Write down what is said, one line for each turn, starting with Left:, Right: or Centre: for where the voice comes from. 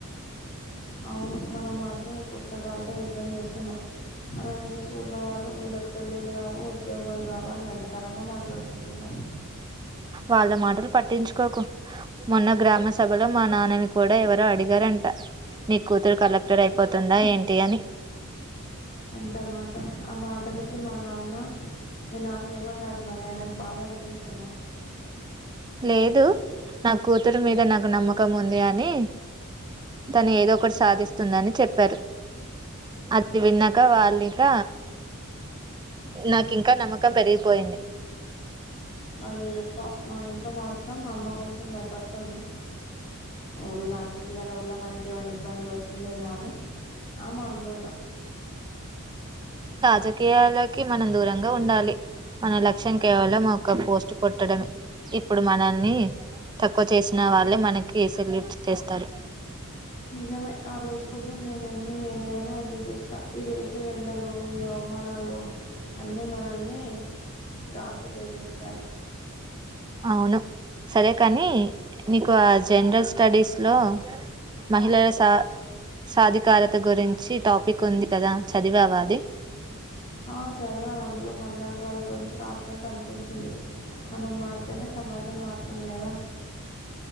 Left: అవును మనం మాత్రం ఈ పుస్తకాలతో యుద్ధం చేస్తున్నాం మనల్ని చూసి మన వాళ్ళు వీళ్ళకి పెళ్ళళ్లు రావు ఉద్యోగులు రావు అని వెటకరంగా మాట్లాడుకుంటున్నారు
Right: వాళ్ళ మాటలు పట్టించుకోకు మొన్న గ్రామ సభలో మా నాన్నని కూడా ఎవరో అడిగారంట నీ కూతురు కలెక్టర్ అయిపోతుందా ఏంటి అని
Left: ఎంత మాట ఆ మాటలకి మా నాన్న మీ నాన్న ఏమన్నారు మరి ఆయనకు బాధ అనిపించిందా
Right: లేదు నా కూతురు మీద నాకు నమ్మకం ఉంది అని తను ఏదో ఒకటి సాధిస్తుందని చెప్పారు అది విన్నాక వాళ్ళక నాకు ఇంకా నమ్మకం పెరిగిపోయింది
Left: మళ్ళే చెప్పాం మా ఇంట్లో మాత్రం అమ్మ కొంచెం భయపడుతుంది ఊరి రాజకీయాల వల్ల మనకేమైనా ఇబ్బంది వస్తుందేమో అని ఆ మా అందోళన
Right: రాజకీయాలకి మనం దూరంగా ఉండాలి మన లక్ష్యం కేవలం ఒక పోస్ట్ కొట్టడమే ఇప్పుడు మనల్ని తక్కువ చేసిన వాళ్ళే మనకి సెల్యూట్ చేస్తారు
Left: నిజమే ఆ రోజు కోసం నే ఎన్ని ఏళ్ళైనా ఎదురు చూస్తా ఈ వేసవి వెండలు ఈ అవమానాలు అన్ని మనల్ని రాట్దేలేసి సయి
Right: అవును సరే కానీ నీకు ఆ జనరల్ స్టడీస్లో మహిళల సా సాధికారత గురించి టాపిక్ ఉంది కదా చదివావా అది
Left: ఆ చదవాని అందులో మనలాంటి వాళ్ళ గురించి రాసినట్టు అనిపించింది మనం మారితేనే సమాజం మారుతుంది కదా